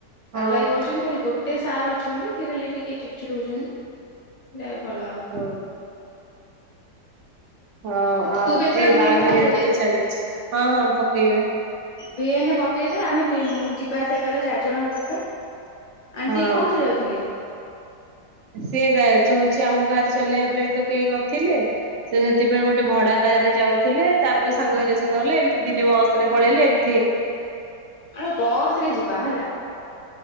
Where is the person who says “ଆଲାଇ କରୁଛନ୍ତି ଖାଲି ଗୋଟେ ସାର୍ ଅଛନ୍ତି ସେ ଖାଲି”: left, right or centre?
Left